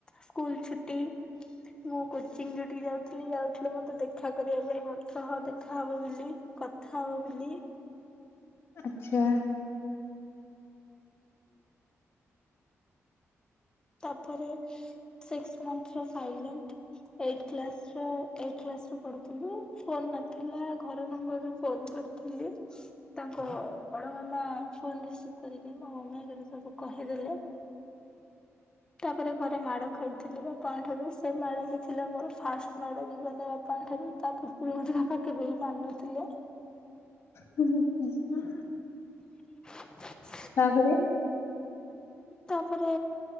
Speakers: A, on the left (about 15°); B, on the left (about 55°).
A: ସ୍କୁଲ ଛୁଟି ମୁଁ କୋଚିଂ ଯୋଠିକି ଯାଉଥିଲି ଯାଉଥିଲେ ମତେ ଦେଖା କରିବା ପାଇଁ ମତ ଦେଖାହବ ବୋଲି ଥାଉ। ବିଲି
B: ଆଛା।
A: ତାପରେ ସିକସ ମନଥର ସାଇଲେଣ୍ଟ ଏଇଟ୍ କ୍ଲାସ ର ପଢୁଥିଲି ଫୋନ ନଥିଲା। ଘର ନମ୍ବରୁ ଫୋନ କରିଥିଲି ତାଙ୍କ ବଡ଼ ମାମା ଫୋନ ରିସିଭି କରିଲେ। ମୋ ମମି ଆଗରେ ସବୁ କହିଦେଲେ। ତାପରେ ଘରେ ମାଡ ଖାଇଥିଲି ବାପାଙ୍କ ଠାରୁ ସେ ମାଡ ହି ଥିଲା ମୋର ଫାଷ୍ଟ୍ ମାଡ ଜୀବନରେ ବାପାଙ୍କ ଠାରୁ। ତା ପୂର୍ବରୁ ମତେ ବାପା କେବେ ବିି ମାରିନଥିଲେ।
B: ହୁଁ, ହୁଁ <inaudible>
A: <unintelligible>
B: ତାପରେ
A: ତାପରେ